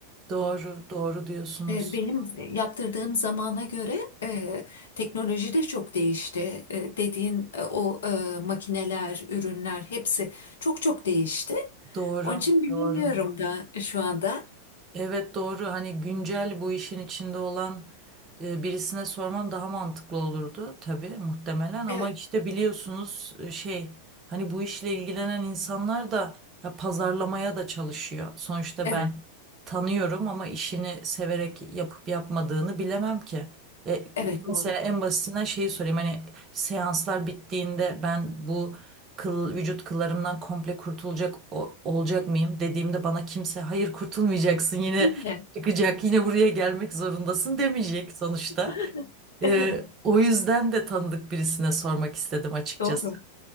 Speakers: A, on the right; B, on the left.
A: Doğru, doğru diyorsunuz.
B: E, Benim yaptırdığım zamana göre e, teknoloji de çok değişti. E, dediğin e, o e, makineler, ürünler hepsi çok çok değişti.
A: Doğru,
B: Onun için bilemiyorum
A: doğru.
B: da şu anda.
A: Evet doğru hani güncel bu işin içinde olan e, birisine sorman daha mantıklı olurdu tabii muhtemelen ama
B: Evet,
A: işte biliyorsunuz e, şey hani bu işle ilgilenen insanlar da ya, pazarlamaya da çalışıyor. Sonuçta
B: evet,
A: ben tanıyorum ama işini severek yapıp yapmadığını bilemem ki. E, e,
B: evet doğru.
A: mesela en basitinden şeyi sorayım hani seanslar bittiğinde ben bu kıl, vücut kıllarımdan komple kurtulacak o- olacak mıyım dediğimde bana kimse hayır kurtulmayacaksın yine
B: Değil mi?
A: çıkacak yine buraya gelmek zorundasın demeyecek sonuçta.
B: <laughs> Evet,
A: Ee, o yüzden de tanıdık birisine sormak istedim açıkçası.
B: doğru.